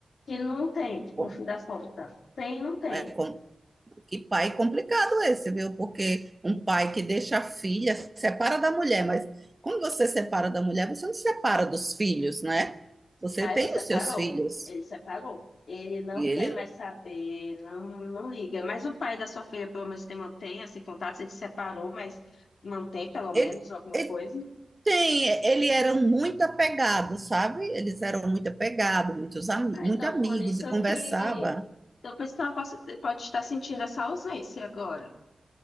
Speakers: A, on the left (about 80°); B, on the right (about 20°).
A: que não tem,
B: com,
A: no fim das contas. Tem e não tem.
B: é Que pai complicado esse, viu? Porque um pai que deixa a filha, separa da mulher, mas quando você separa da mulher, você não separa dos filhos, né? Você
A: Ah,
B: tem
A: ele separou.
B: os seus filhos.
A: Ele separou. Ele não
B: E ele,
A: quer mais saber, não, não liga. Mas o pai da sua filha, pelo menos, tem, mantém esse contato. Ele se separou, mas mantém, pelo menos,
B: ele,
A: alguma
B: ele
A: coisa.
B: tem, ele era muito apegado, sabe? Eles eram muito apegados, muitos ami
A: Ah,
B: muito
A: então,
B: amigos
A: por isso
B: e conversava.
A: que. Então, por isso que ela possa- pode estar sentindo essa ausência agora.